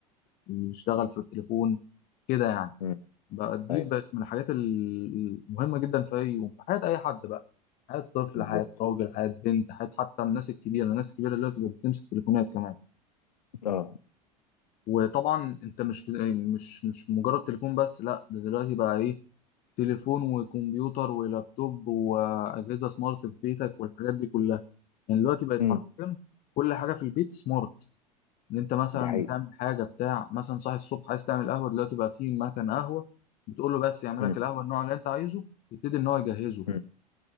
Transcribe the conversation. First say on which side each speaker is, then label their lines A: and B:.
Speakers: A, on the left; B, on the left.
A: يشتغل في التليفون كده يعني.
B: امم
A: بقى دي
B: ايوه
A: بقت من الحاجات ال- المهمة جدا في أي يوم في حياة أي حد بقى حياة طفل
B: بالظبط
A: حياة راجل حياة بنت حياة حتى الناس الكبيرة الناس الكبيرة اللي بتبقى بتمسك تليفونات كمان
B: اه
A: وطبعا أنت مش مش مش مجرد تليفون بس لا ده دلوقتي بقى إيه تليفون وكمبيوتر ولابتوب وأجهزة سمارت في بيتك والحاجات دي كلها يعني دلوقتي بقت
B: امم
A: حرفيا كل حاجة في البيت سمارت ان انت مثلا
B: دي حقيقة
A: بتعمل حاجه بتاع مثلا صاحي الصبح عايز تعمل قهوه دلوقتي بقى في مكان قهوه بتقول له بس يعمل
B: امم
A: لك القهوه النوع اللي انت عايزه يبتدي ان هو يجهزه
B: امم